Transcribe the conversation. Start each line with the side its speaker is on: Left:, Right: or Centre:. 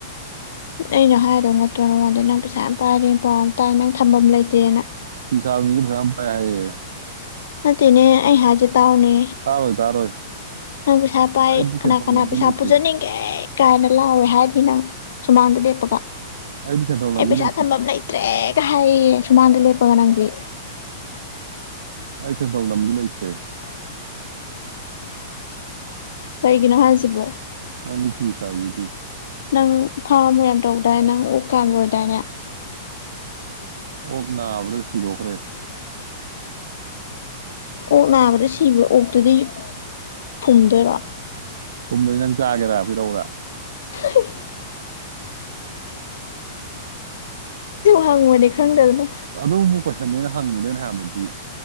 Left: ꯑꯩꯅ ꯍꯥꯏꯗꯧ ꯅꯠꯇ꯭ꯔꯣ ꯅꯉꯣꯟꯗꯩ ꯅꯪ ꯄꯩꯁꯥ ꯌꯥꯝ ꯄꯥꯏꯔꯦꯟ ꯄꯥꯎ ꯑꯝ ꯇꯥꯏ ꯅꯪ ꯊꯝꯕꯝ ꯂꯩꯇꯦꯅ
Right: ꯄꯤꯁꯥꯕ ꯃꯤꯗꯤ ꯐꯁꯥ ꯌꯥꯝ ꯄꯥꯏ ꯍꯥꯏꯌꯦ
Left: ꯅꯠꯇꯦꯅꯦ ꯑꯩ ꯍꯥꯏꯖꯦ ꯇꯥꯎꯅꯦ
Right: ꯇꯥꯔꯣꯏ ꯇꯥꯔꯣꯏ
Left: ꯅꯪ ꯄꯩꯁꯥ ꯄꯥꯏ
Right: ꯑꯩꯗꯤ
Left: ꯀꯅꯥ
Right: ꯁꯦꯟꯊꯣꯛ
Left: ꯀꯅꯥ
Right: ꯂꯝꯕꯤ
Left: ꯄꯩꯁꯥ
Right: ꯂꯩꯇꯦ
Left: ꯄꯨꯖꯅꯤꯡꯒꯦ ꯀꯥꯏꯅ ꯂꯥꯎꯋꯦ ꯍꯥꯏꯔꯤ ꯅꯪ ꯁꯨꯃꯥꯡꯗ ꯂꯦꯞꯄꯒ
Right: ꯑꯩꯗꯤ ꯁꯦꯟꯊꯣꯛ ꯂꯝꯕꯤ
Left: ꯑꯩ ꯄꯩꯁꯥ
Right: ꯂꯩꯇꯦ
Left: ꯊꯝꯕꯝ ꯂꯩꯠ ꯇ꯭ꯔꯦ ꯒ ꯍꯥꯏꯌꯦ ꯌꯦ ꯁꯨꯃꯥꯡꯗ ꯂꯦꯞꯄꯒ ꯅꯪꯗꯤ
Right: ꯑꯩ ꯁꯦꯟꯊꯣꯛ ꯂꯝꯗꯤ ꯂꯩꯇ꯭ꯔꯦ
Left: ꯀꯩꯒꯤꯅꯣ ꯍꯥꯏꯁꯤꯕꯣ
Right: ꯅꯪꯗꯤ ꯐꯤꯁ ꯁꯥꯏꯗꯨꯗ
Left: ꯅꯪ ꯐꯝꯒ ꯌꯥꯝ ꯇꯧꯗꯥꯏ ꯅꯪ ꯑꯣꯛꯀ ꯌꯥꯝ ꯂꯣꯏꯗꯥꯏꯅꯦ
Right: ꯑꯣꯛ ꯅꯥꯕꯗ ꯁꯤꯗꯣꯛꯈ꯭ꯔꯦ
Left: ꯑꯣꯛ ꯅꯥꯕꯗ ꯁꯤꯕ ꯑꯣꯛꯇꯨꯗꯤ ꯐꯨꯝꯗꯣꯏꯔꯣ
Right: ꯀꯨꯝꯗꯗꯤ ꯅꯪ ꯆꯥꯒꯦꯔꯥ ꯄꯤꯔꯛꯑꯣꯔ
Left: <unintelligible> ꯍꯪꯕꯅꯦ ꯈꯪꯗꯗꯅꯥ
Right: ꯑꯗꯨꯕꯨ ꯀꯣꯏꯁꯟꯅꯦꯅ ꯍꯪꯉꯤꯗꯣ ꯑꯩꯅ ꯍꯥꯏꯕꯗꯤ